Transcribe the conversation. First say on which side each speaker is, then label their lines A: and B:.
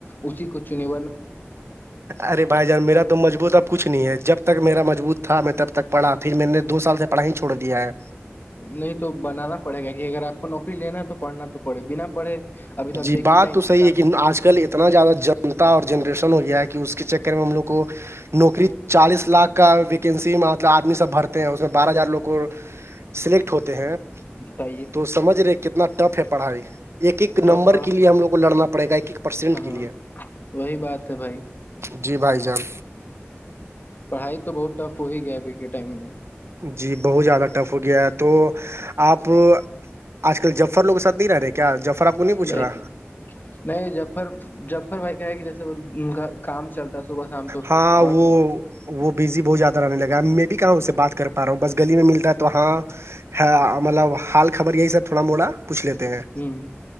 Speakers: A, on the left; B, on the right.
A: اسی کو چنیا
B: ارے بھائی جان میرا تو مضبوط اب کچھ نہیں ہے جب تک میرا مضبوط تھا میں تب تک پڑھا پھر میں نے دو سال سے پڑھا ہی چھوڑ دیا ہے
A: نہیں تو بنانا پڑے گا کہ اگر آپ کو نوکری لینا ہے تو پڑھنا تو پڑے بنا پڑھے ابھی تو آپ
B: جی
A: دیکھ
B: بات
A: ہی رہے ہیں،
B: تو صحی ہے کہ آج کل اتنا زیادہ جنتا اور جنریشن ہو گیا ہے کہ اس کے چکر میں ہم لوگ کو نوکری چالیس لاکھ کا ویکینسی مطلب آدمی سب بھرتا ہیں اس میں بارہ ہزار لوگ کو سلیکٹ ہوتے ہیں
A: بتائیے
B: تو سمجھ رہے کتنا ٹف ہے پڑھائی ایک ایک
A: تب
B: نمبر
A: پڑھا
B: کے لیے ہم لوگ کو لڑنا پڑے گا ایک ایک پرسینٹ
A: ہاں
B: کے لیے
A: وہی بات ہے بھائی
B: جی بھائی جان
A: پڑھائی تو بہت ٹف ہو ہی گیا ابھی کے ٹائم میں
B: جی بہت زیادہ ٹف ہو گیا ہے تو آپ آج کل جفر لوگ سد نہیں رہے کیا جفر کو پوچھ
A: نہیں
B: رہا
A: نہیں جففر جففر بھائی کہ ہے کہ جیسے ان کا کام چلتا صبح شام تو
B: ہاں
A: اور
B: وہ وہ بزی بہت جیاد آنے لگا میں بھی کہاں اس سے بات کر پا رہا ہوں بس گلی میں ملتا ہے تو ہاں مطلب حال خبر یہی سب تھوڑا موڑا پوچھ لیتے ہیں
A: ہ